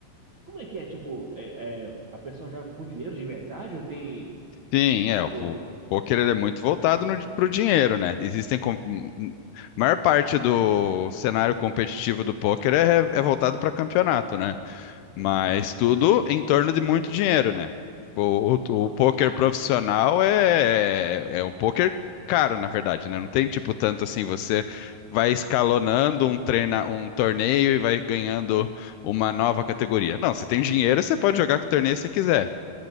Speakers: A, on the right (about 60°); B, on the left (about 80°).
A: como é que é? Tipo, é, é, a pessoa joga com dinheiro de verdade ou tem,
B: Sim, é,
A: tipo,
B: o o poker ele é muito voltado no, pro dinheiro, né? Existem com- m- m- maior parte do cenário competitivo do poker é, é voltado para campeonato, né? Mas
A: Aham.
B: tudo em torno de muito dinheiro, né? O, o,
A: Nossa
B: o poker
A: Senhora.
B: profissional é, é é um poker caro, na verdade, né? Não tem tipo tanto assim, você vai escalonando um treina, um torneio e vai ganhando uma nova categoria. Não, você tem dinheiro, você pode jogar que torneio você quiser.